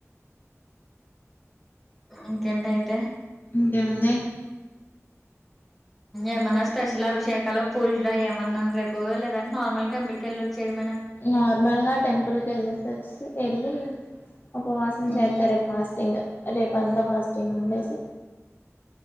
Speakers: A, in the centre; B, on the left.
A: ఇంకెంట అయితే
B: ఇంటేముంది
A: ఏమన్నా స్పెషల్ అభిషేకాల పూజలు అ ఏమన్నా రేపు లేదంటే నార్మల్గా టెంపుల్ క వెళ్ళలి వచ్చేయమ
B: నార్మల్ గా టెంపుల్ క వెళ్ళసి వచ్చి వెళ్ళి అప్పు వాసం
A: ఉమ్
B: చేర్తారు ఫాస్టింగ్ రేపు అంతా ఫాస్టింగ్ ఉండేసి